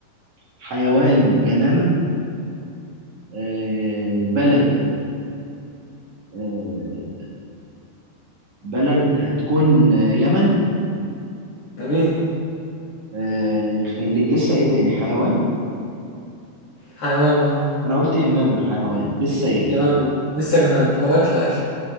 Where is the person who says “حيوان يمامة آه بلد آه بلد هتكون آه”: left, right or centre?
Right